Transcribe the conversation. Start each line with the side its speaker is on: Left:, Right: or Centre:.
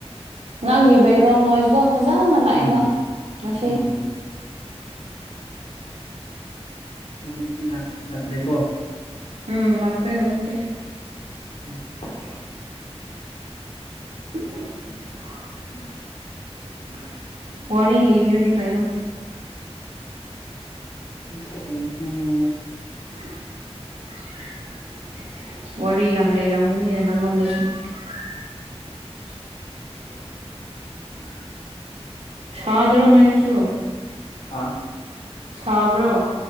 Right: ꯅꯪꯒꯤ ꯕꯦꯛꯒ꯭ꯔꯥꯎꯟ ꯅꯣꯏꯁꯇꯣ ꯐꯖꯅ ꯂꯥꯛꯑꯦꯕ
Left: ꯎꯝ
Right: ꯉꯁꯤ
Left: ꯎꯝ ꯍꯧꯖꯤꯛꯇꯤ ꯂꯛꯇ꯭ꯔꯦꯀꯣ
Right: ꯎꯝ ꯂꯥꯛꯇ꯭ꯔꯦ ꯍꯧꯖꯤꯛꯇꯤ
Left: <unintelligible>
Right: <inaudible> <unintelligible> ꯋꯥꯔꯤ ꯂꯤꯕꯤꯌꯨꯅꯦ ꯀꯩꯅꯣ
Left: ꯍꯩꯇꯦꯅꯦ
Right: <inaudible> <unintelligible> ꯋꯥꯔꯤ ꯌꯥꯝ ꯂꯩꯔꯝꯒꯅꯤꯅꯦ ꯅꯉꯣꯟꯗꯁꯨ <inaudible> <unintelligible>
Left: <inaudible> <unintelligible>
Right: ꯁꯥꯗ꯭ꯔꯣ ꯅꯣꯏꯗꯁꯨ
Left: ꯍꯥꯥ
Right: ꯁꯥꯕ꯭ꯔꯣ